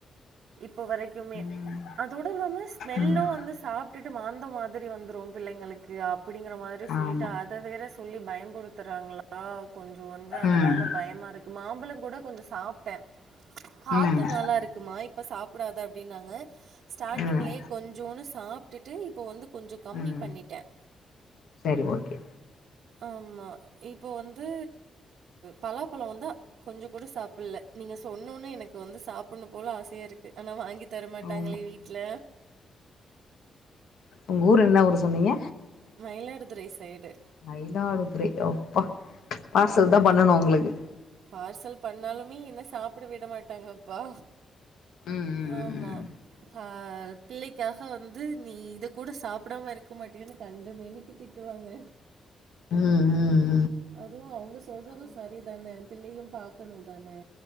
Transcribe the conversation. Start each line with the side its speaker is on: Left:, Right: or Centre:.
Right: இப்ப வரைக்குமே
Left: ம்
Right: அதோடல்லாம ஸ்மெல்லு
Left: ம்
Right: வந்து சாப்டுட்டு மாந் ந்த மாதிரி வந்துரு பிள்ளைங்களுக்கு அப் அப்புடிங்குற மாதிரி சொல்லிட்டு
Left: ஆமா
Right: அத வேற சொல்லி பயம்புடுத் துராங்ளா கொஞ்சொ வந்து அதனால
Left: ம்
Right: பயமா இருக்கு மாம்பழம் கூட கொஞ்ச‌ சாப்டே காத்து
Left: ம்
Right: நல்லா இருக்குமா இப்ப சாப் புடாது அப்டின்னாங்க ஸ்டார்டிங்லயே
Left: ம்
Right: கொஞ்சோனு சாப்டுட்டு இப்போ வந்து கொஞ்சம் கம்மி
Left: உம்
Right: பண்ணிட்டேன்.
Left: செரி ஓகே
Right: ஆமா இப்போ வந்து பலாப்பழொ வந்தா கொஞ்சொ கூட சாப்புல்ல நீங்க சொன்னேன எனக்கு வந்து சாப்புன்ணும் போல ஆசையா இருக்கு ஆனா வாங்கி தரமாட்டாங்களே
Left: ஆமா
Right: வீட்ல
Left: உங்க ஊரு என்ன ஊரு சொன்னீங்க
Right: மயிலாடுதுறை சைடு
Left: மயிலாடுதுறை ஓ அப்பா பார்சல்
Right: ஆமா
Left: தா பண்ணணு உங்களுக்கு
Right: பார்சல் பண்ணாலுமே என்ன சாப்பிட விட மாட் ட்டாங்கப்பா
Left: ம் ம்
Right: ஆமா
Left: ம்
Right: ஆ பிள்ளைக்காக வந்து நீ இத கூட சாப்புடாம இருக்க மாட்டியானு கண்ட மேனிக்கு திட்டுவாங்க
Left: உம் உம்
Right: அதுவு அவுங்க சொல்றது சரிதானே பிள்ளையு பாக்கணு தானே